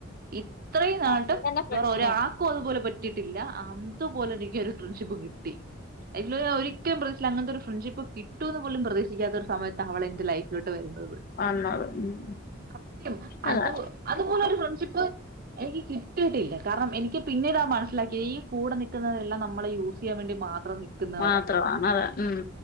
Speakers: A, on the right; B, on the left.
A: ഇത്രേം നാൾട്ടും
B: അങ്ങനെ ഫ്രണ്ട്സിനെ
A: വേറൊരാക്കും അതുപോലെ പറ്റ് റ്റീട്ടില്ല അതു പോലെനിക്കൊരു ഫ്രണ്ട്ഷിപ്പ് കിട്ടി എന്ന് ഞാൻ ഒരിക്കലും പ്രതീക്ഷിച്ചില്ല അങ്ങനത്തൊരു ഫ്രണ്ട്ഷിപ്പ് കിട്ടൂന്ന് പോലും പ്രതീക്ഷിക്കാത്തൊരു സമയത്തവളെൻ്റെ ലൈഫിലോട്ട് വരുന്നെ
B: വന്നത് ഉം
A: സത്യം
B: അതാ
A: അതു അതുപോലൊരു ഫ്രണ്ട്ഷിപ്പ് എനിക്ക് കിട്ടിയിട്ടില്ല കാരണം എനിക്ക് പിന്നീടാ മനസ്സിലാക്കിയെ ഈ കൂടെ നിക്കുന്നവരെല്ലാം നമ്മളെ യൂസ് ചെയ്യാൻ വേണ്ടി മാത് മിത്രം നിക്കുന്നവരാ
B: മാത്രമാണ് അതാ ഉം